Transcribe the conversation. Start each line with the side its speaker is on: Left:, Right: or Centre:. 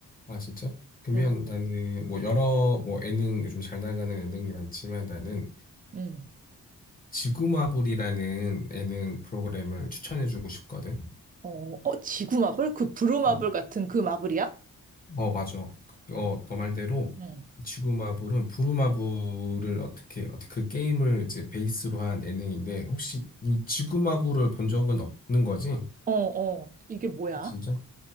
Left: 아, 진짜? 그러면
Right: 응,
Left: 나는 뭐 여러 뭐 예능 요즘 잘 나가는 예능이 많지만 나는
Right: 응.
Left: 지구마블이라는 예능 프로그램을 추천해주고 싶거든.
Right: 어, 어, 지구마블? 그 브루마블
Left: 어,
Right: 같은 그 마블이야?
Left: 어, 맞아. 그- 어, 너 말대로
Right: 응.
Left: 지구마블은 부루마블을 어떻게 어떻게 그 게임을 이제 베이스로 한 예능인데 혹시 이 지구마블을 본 적은 없는 거지?
Right: 어, 어, 이게 뭐야?
Left: 아, 진짜?